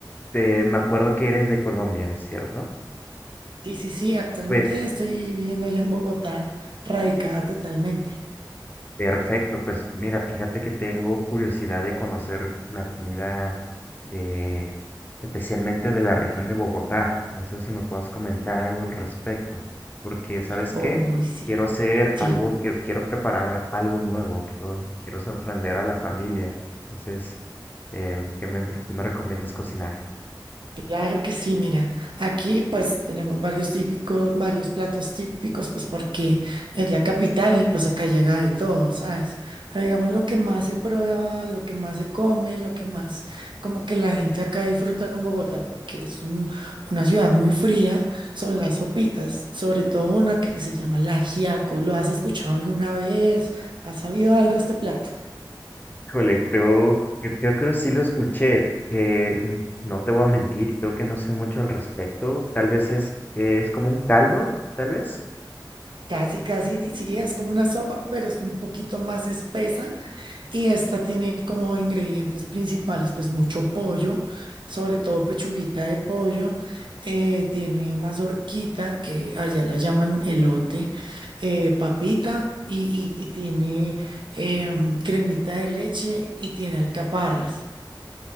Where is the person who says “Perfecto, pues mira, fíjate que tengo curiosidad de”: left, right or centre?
Left